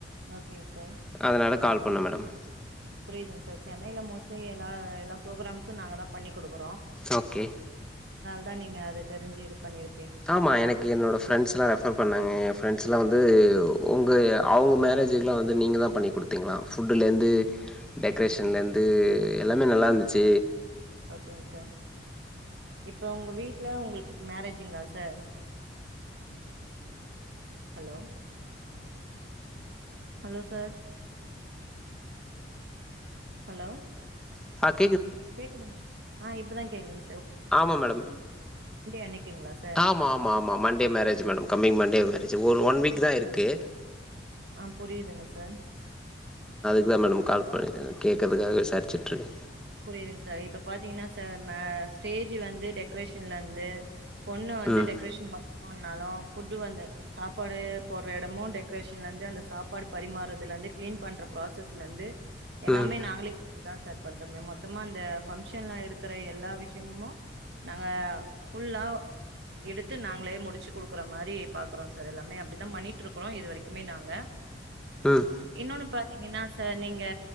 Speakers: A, on the right (about 65°); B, in the centre.
A: ஓகேங்க சார்
B: அதனால கால் பண்ணே மேடம்
A: புரியிதுங்க சார் சென்னையில மோஸ்ட்லி எல்லா எல்லா ப்ரோக்ராம்க்கு நாங்கதா பண்ணி குடுக்குறோ
B: ஓகே
A: அதா நீங்க அது தெரிஞ்சி இது பண்ணிரு
B: ஆமா எனக்கு என்னோட ஃப்ரெண்ட்ஸ் எல்லா ரெஃபர் பண்ணாங்க ஃப்ரெண்ட்ஸ் எல்லா வந்து உங்க அவுங்க மேரேஜுக்கலா வந்து நீங்கதா பண்ணி் குடுத்தீங்களா ஃபுட்டுல இருந்து டெக்கரேஷன்ல
A: ம்
B: இருந்து எல் லாமே நல்லா இருந்துச்சி
A: ஓகேங்க சார் இப்ப உங்க வீட்ல உங்களுக்கு மேரேஜங்களா sir hello hello sir hello
B: அ
A: கேக்குதுங்க ஆ இப்பதா கேக்குதுங்
B: ஆமா மேடம்
A: அன்னைக்குங்களா சார்
B: ஆமா ஆமா ஆமா Monday marriage madam coming Monday marriage ஒரு ஒன் வீக் தா இருக்கு
A: ஆ புரிதுங்க சார்
B: தா மேடம் கால் பண்ணே கேக்கறதுக்காக விசாரிச்சுட்ருக்கே
A: புரிதுங் சார் இப்ப பாத்தீங்கன்னா சார் மே ஸ்டேஜு வந்து டெக்கரேஷன்லந்து பொண்ணு வந்து
B: ம்
A: டெக்கரேஷன் பண்ணுனாலு ஃபுட்டு வந்து சாப்பாடு போட்ற எடமு டெக்கரேஷன்லந்து அந்த சாப்பாடு பரிமாறதுலருந்து கிளீன் பண்ற ப்ராசஸ்லந்து எல்லாமே
B: ம்
A: நாங்களு இங்க இருந்து தா சார் பண் அப்றமே மொத்தமா இந்த ஃபங்க்ஷன்ல இருக்கற எல்லா விஷயமு நாங்க ஃபுல்லா எடுத்து நாங்களே முடிச்சி குடுக்குற மாரி பாக்றோ சார் எல்லாமே அப்டி தா பண்ணிட்ருக்குறோ இது வரைக்குமே நாங்க
B: ம்
A: இன்னொன்னுப நீங்க என்னா சார் நீங்க